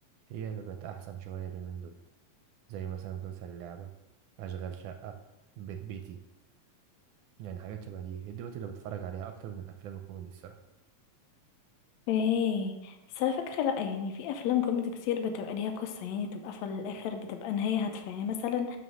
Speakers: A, on the right (about 80°); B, on the left (about 80°).
A: هي اللي بقت أحسن شوية اليومين دول زي مثلا مسلسل اللعبة أشغال شقة بيت بيتي يعني حاجات شبه دي هي دلوقتي اللي بتفرج عليها أكتر من الأفلام الكوميدي الصراحة
B: ايه بس على فكرة لأ يعني في أفلام كوميدي كتير بتبقى ليها قصة يعني بتبقى في الآخر بتبقى نهاية هادفة يعني مثلا